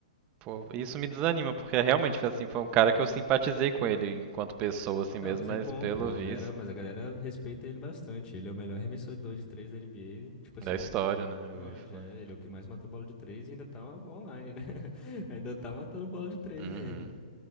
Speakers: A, on the right; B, on the left.
A: Pô, isso me desanima, porque é realmente foi assim, foi um cara que eu simpatizei com ele enquanto pessoa, assim
B: Não,
A: mesmo,
B: mas
A: mas
B: é bom,
A: pelo
B: pô.
A: visto
B: A Galera, mas a galera respeita ele bastante. Ele é o melhor arremessador de três da NBA. Tipo assim,
A: da história, né?
B: de
A: Eu ouvi
B: longe.
A: falar.
B: É, ele é o que mais matou bola de três e ainda tá online, né? <laughs> Ainda tá matando bola de três
A: Uhum.
B: ainda.